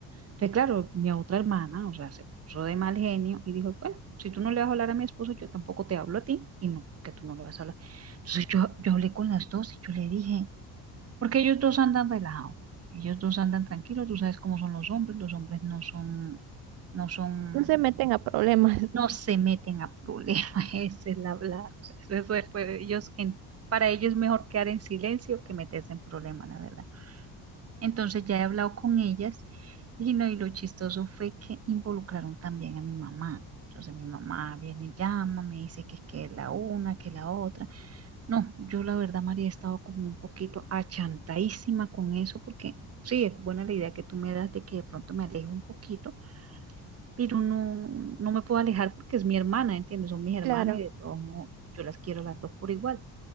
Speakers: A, on the right (about 40°); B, on the right (about 70°).
A: Entonces, claro, mi otra hermana, o sea, se puso de mal genio y dijo, bueno, si tú no le vas a hablar a mi esposo, yo tampoco te hablo a ti, y no, porque tú no le vas a hablar. Entonces yo, yo hablé con las dos y yo le dije, porque ellos dos andan relajados, ellos dos andan tranquilos, tú sabes cómo son los hombres, los hombres no son, no son,
B: No se meten a problemas.
A: no se meten a problemas, <laughs> esa es la, la- o sea, eso, eso es, pues, ellos, en- para ellos es mejor quedar en silencio que meterse en problemas, la verdad. Entonces ya he hablado con ellas y, no, y lo chistoso fue que involucraron también a mi mamá. Entonces mi mamá viene y llama, me dice que, que la una, que la otra. No, yo la verdad, María, he estado como un poquito achantadísima con eso porque sí, es buena la idea que tú me das de que de pronto me aleje un poquito, pero no, no, no me puedo alejar porque es mi hermana, ¿entiendes? Son mis hermanas
B: <laughs> Claro.
A: y de todos modos yo las quiero las dos por igual.